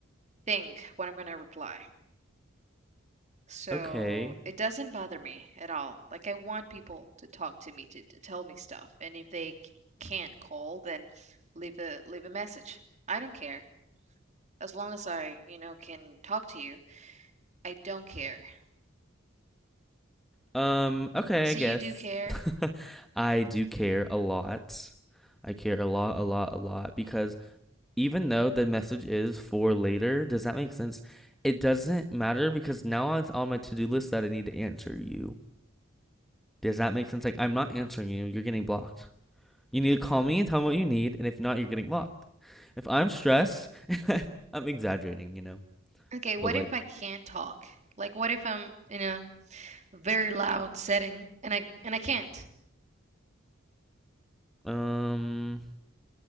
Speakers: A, on the right; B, in the centre.
A: think what I'm gonna reply. So
B: Okay.
A: it doesn't bother me at all. Like I want people to talk to me to, to tell me stuff, and if they c- can't call, then leave a leave a message. I don't care. As long as I, you know, can talk to you, I don't care.
B: Um, okay,
A: So
B: I guess.
A: you do care?
B: <laughs> I do care a lot. I care a lot, a lot, a lot because even though the message is for later, does that make sense? It doesn't matter because now it's on my to-do list that I need to answer you. Does that make sense? Like, I'm not answering you. You're getting blocked. You need to call me and tell me what you need, and if not, you're getting blocked. If I'm stressed, <laughs> I'm exaggerating, you know.
A: Okay, what
B: But like,
A: if I can't talk? Like what if I'm in a very loud setting and I and I can't?
B: um,